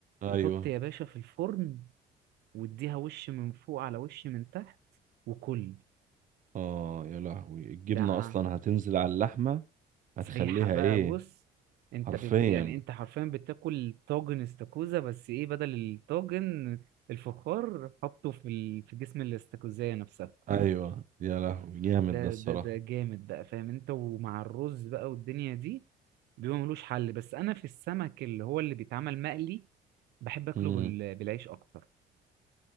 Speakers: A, on the right; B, on the right.
A: وحط
B: ايوه
A: يا باشا في الفرن واديها وش من فوق على وش من تحت وكل
B: اه يا لهوي الجبنة
A: ده
B: اصلا هتنزل على اللحمة هتخليها
A: سايحة بقى
B: ايه
A: بص انت
B: حرفيا
A: بت يعني انت حرفيا بتاكل طاجن استاكوزا بس ايه بدل الطاجن الفخار حطه في ال... في جسم الاستاكوزاية نفسها
B: ايوه يا لهوي جامد
A: ده
B: ده الصراحة
A: ده ده جامد بقى فاهم انت ومع الرز بقى والدنيا دي بيبقى ملوش حل بس انا في السمك اللي هو اللي بيتعمل مقلي بحب اكله
B: امم
A: بال... بالعيش اكتر